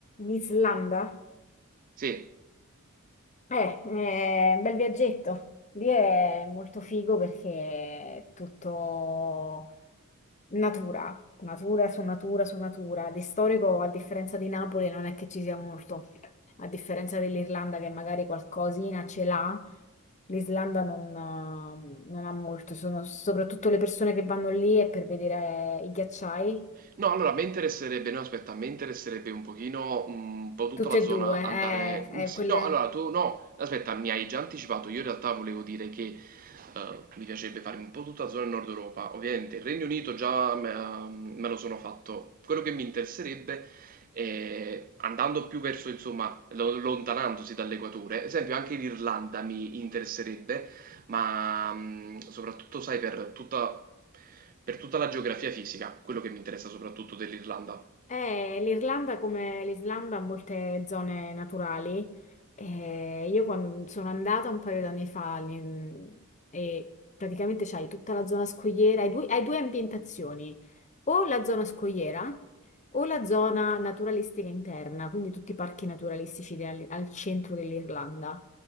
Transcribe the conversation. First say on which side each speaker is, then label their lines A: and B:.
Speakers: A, on the left; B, on the right.
A: Islanda?
B: Sì.
A: Eh, è un bel viaggetto. Lì è molto figo perché è tutto natura, natura su natura su natura. Di storico, a differenza di Napoli, non è che ci sia molto. A differenza dell'Irlanda, che magari qualcosina ce l'ha, l'Islanda non, eh, non ha molto. Sono soprattutto le persone che vanno lì è per vedere i ghiacciai.
B: No, allora a me interesserebbe no aspetta, a me interesserebbe un pochino, mhmm, un po' tutta
A: Tutte
B: la
A: e
B: zona
A: due, eh,
B: andare mhmm,
A: eh,
B: sì,
A: quelle.
B: no, allora tu no, aspetta, mi hai già anticipato, io in realtà volevo dire che, uhm, mi piacerebbe farmi un po' tutta la zona Nord Europa. Ovviamente il Regno Unito già me uhm, me lo sono fatto. Quello che mi interesserebbe è andando più verso insomma, lo lontanandosi dall'equatore, ad esempio anche l'Irlanda mi interesserebbe, ma mh, soprattutto sai per tutta, per tutta la geografia fisica, quello che mi interessa soprattutto dell'Irlanda.
A: Eh, L'Irlanda, come l'Islanda, ha molte zone naturali. Eh, io quando sono andata un paio d'anni fa in- e praticamente c'hai tutta la zona scogliera, hai due, hai due ambientazioni, o la zona scogliera o la zona naturalistica interna, quindi tutti i parchi naturalistici del- al centro dell'Irlanda.